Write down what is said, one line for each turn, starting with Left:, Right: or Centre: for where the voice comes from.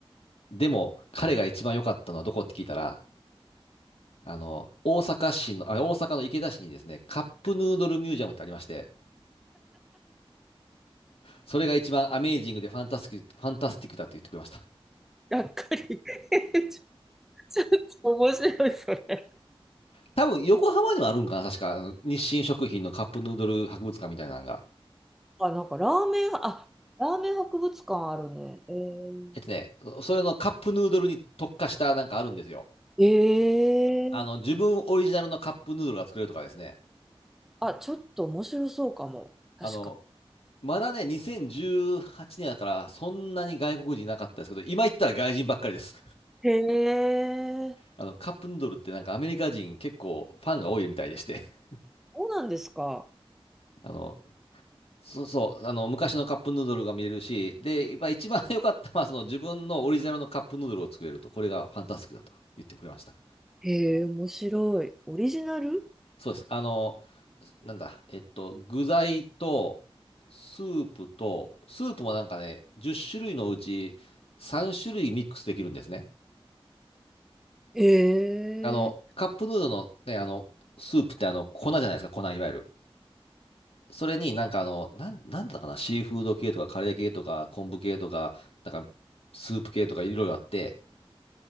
Left: でも、彼が一番良かったのはどこって聞いたら、あの、大阪市の、あ、大阪の池田市にですね、カップヌードルミュージアムってありまして、それが一番アメージングでファンタスティック、ファンタスティックだって言ってくれました。
Centre: がっかり <laughs> ちょっと面白い、それ。
Left: 多分、横浜にもあるんかな、確か。あの日清食品のカップヌードル博物館みたいなのが。
Centre: あ、なんかラーメン、あ、ラーメン博物館あるね。え
Left: えっとね、それのカップヌードルに特化したなんかあるんですよ。
Centre: ー、え
Left: あの、自分オリジナルのカップヌードルが作れるとかですね。
Centre: あ、ちょっと面白そうかも。確か。
Left: あの、まだね、2018年だからそんなに外国人いなかったですけど、今行ったら外人ばっかりです。
Centre: へえ。
Left: あの、カップヌードルってなんかアメリカ人結構ファンが多いみたいでして。
Centre: そうなんですか。
Left: あの、そうそう、あの、昔のカップヌードルが見れるし、で、やっぱ一番良かったのはその自分のオリジナルのカップヌードルを作れると、これがファンタスティックだと言ってくれました。
Centre: へえ、面白い。オリジナル
Left: そうです。あの、なんだ、えっと、具材と、スープと、スープもなんかね、10種類のうち3種類ミックスできるんですね。
Centre: へえ。
Left: あの、カップヌードルのね、あの、スープってあの、粉じゃないですか、粉、いわゆる。それになんかあの、なん、なんだかな、シーフード系とかカレー系とか昆布系とか、なんかスープ系とかいろいろあって、